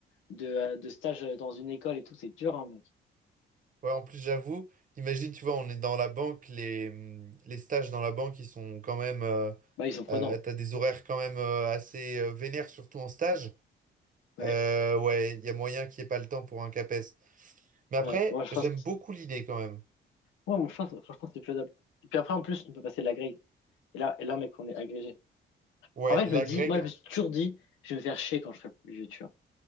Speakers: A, on the left; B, on the right.
A: de, euh, de stage euh, dans une école et tout, c'est dur, hein, mec.
B: Ouais, en plus, j'avoue, imagine, tu vois, on est dans la banque, les, hum, les stages dans la banque, ils sont quand même... euh,
A: Bah, ils sont prenants.
B: euh, t'as des horaires quand même euh, assez euh, vénères, surtout en stage.
A: Ouais,
B: Euh, ouais, il y a moyen qu'il n'y ait pas le temps pour un CAPES. Mais après,
A: ouais. Moi, je pense
B: j'aime
A: que
B: beaucoup l'idée quand même.
A: Ouais, moi, je pense, franchement, c'est faisable. Et puis après, en plus, on peut passer de la grille. Et là, et là, mec, on est agrégé.
B: Ouais,
A: En fait, je
B: la
A: me dis,
B: Greg,
A: moi, je me suis toujours dit, je vais me faire chier quand je serai plus vieux, tu vois.